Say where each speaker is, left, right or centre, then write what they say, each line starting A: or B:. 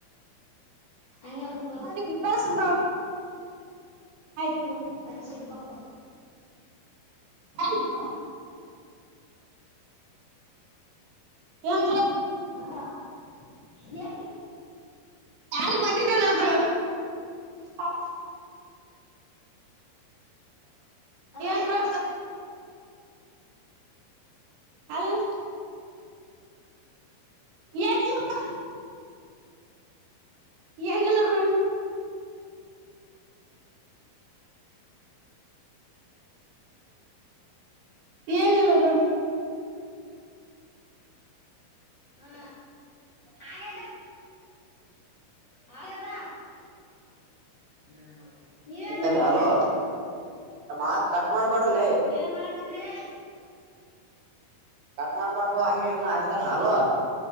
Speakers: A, on the left; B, on the right.
A: ಹಂಗೇರು ಬ್ರೋ
B: ಅವರಿಗಿ ಕಳಸೂ ಬ್ರೋ ಆಯ್ತು ಬ್ರೋ
A: ಕಳಸ್ತಾ ಬ್ರೋ
B: ಆಯ್ತು ಬ್ರೋ ಏನ್ ಬ್ರೋ
A: ಹಲೋ <unintelligible> ಎ <unintelligible>
B: ಯಾರ ಬಂದಿದಳ ಒಬ್ರು ನಿಮ್ಮಪ್ಪ
A: ಅಲ್ಲ
B: ಏನ್ ಬ್ರೊ? ಹ <unintelligible> ಏನಿಲ್ಲ <unintelligible> ಏನಿಲ್ಲ ಬ್ರೊ. ಏನಿಲ್ಲ ಬ್ರೊ.
A: ಹಾ ಹಾಗ ಹಾಗದ. ನೀವೇನ್ ಮಾಡಕತ್ತೀರಿ
B: ಸರಿ ಹಲೋ ಮಾತ್ ಕಟ್ ಮಾಡ್ಬಾಡ್ರಲೇ
A: ಏನ್ ಮಾಡ್ ಹತ್ರಿ.
B: ಕಟ್ ಮಾಡ್ಬಾರ್ದು ಹಂಗೆ ಇನ್ನು ಅಲ್ತಾನ ಅಲೋ